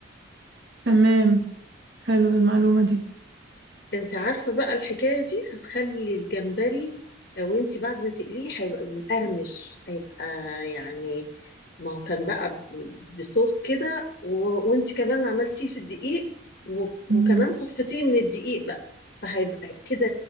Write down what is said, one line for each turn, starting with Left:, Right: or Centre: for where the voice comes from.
Right: تمام حلو المعلومة دي
Left: انت عارفة بقى الحكاية دي هتخلي الجمبري آه، وانت بعد ما تقليه هيبقى مقرمش هيبقى يعني ما هو كان بقى ب- بصوص كده و- وانت كمان عملتيه في الدقيق و-
Right: مم.
Left: وكمان صفتيه من الدقيق بقى فهيبقى كده